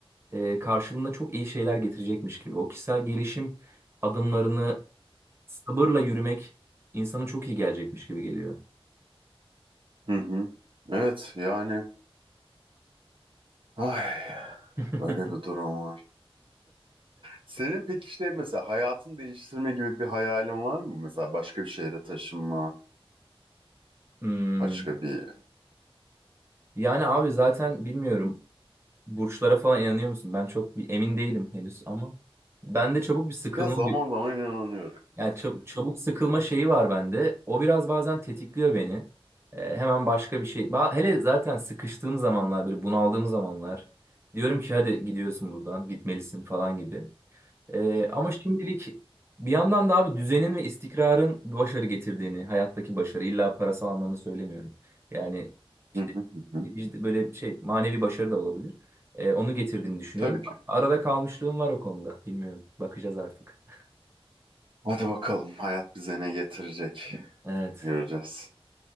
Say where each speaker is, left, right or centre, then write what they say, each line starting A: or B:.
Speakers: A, on the right; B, on the right.
A: e, karşılığında çok iyi şeyler getirecekmiş gibi. O kişisel gelişim adımlarını sabırla yürümek insana çok iyi gelecekmiş gibi geliyor.
B: Hı hı. Evet yani ay
A: <laughs>
B: böyle bir durum var. Senin peki şey mesela hayatını değiştirme gibi bir hayalin var mı? Mesela başka bir şehre taşınma,
A: Hmm.
B: başka bir...
A: Yani abi zaten bilmiyorum burçlara falan inanıyor musun? Ben çok bir emin değilim henüz ama bende çabuk bir sıkılma
B: Ya zaman zaman inanıyorum.
A: Yani çab- çabuk sıkılma şeyi var bende. O biraz bazen tetikliyor beni. Ee, hemen başka bir şey. Ba- hele zaten sıkıştığım zamanlar böyle bunaldığım zamanlar. Diyorum ki hadi gidiyorsun buradan gitmelisin falan gibi. Ee, ama şimdilik bir yandan da abi düzenin ve istikrarın başarı getirdiğini, hayattaki başarı illa parasal anlamda söylemiyorum. Yani işte
B: hı hı hı hı.
A: vicd- böyle şey manevi başarı da olabilir. Ee, onu getirdiğini düşünüyorum.
B: Tabii ki.
A: Arada kalmışlığım var o konuda. Bilmiyorum. Bakacağız artık.
B: Hadi bakalım hayat bize ne getirecek.
A: Evet.
B: Göreceğiz.